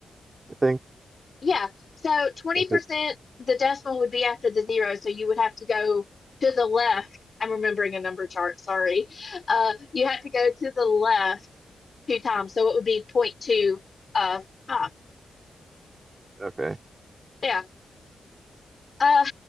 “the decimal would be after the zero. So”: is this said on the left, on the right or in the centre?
Left